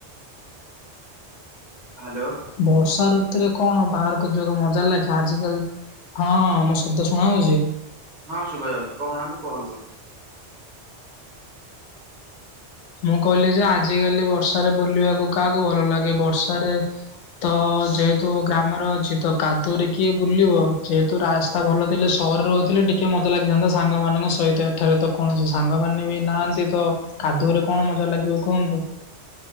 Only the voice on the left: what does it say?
ବର୍ଷା ଋତୁରେ କଣ ବାହାରକୁ ଯିବାକୁ ମଜା ଲାଗେ? ଆଜିିକାଲି, ହଁ, ହଁ, ମସ୍ ଶବ୍ଦ ଶୁଣା ହଉଛି?
ମୁଁ କହିଲି ଯେ, ଆଜିକାଲି ବର୍ଷାରେ ବୁଲିବାକୁ କାହାକୁ ଭଲ ଲାଗେ? ବର୍ଷାରେ ତ, ଯେହେତୁ ଗ୍ରାମରେ ଅଛି, ତ କାଦୁଅରେ କିଏ ବୁଲିବ? ଯେହେତୁ ରାସ୍ତ୍ ତା ଭଲ ଥିଲେ, ସହରରେ ରହିଥିଲେ ଟିକେ ମଜା ଲାଗିଥାନ୍ତା ସାଙ୍ଗମାନଙ୍କ ସହିତ। ଏଠାରେ ତ କୌଣସି ସା ସାଙ୍ଗମାନେ ବି ନାହାନ୍ତି, ତ କାଦୁଅରେ କଣ ମଜା ଲାଗିବ, କୁହନ୍ତୁ?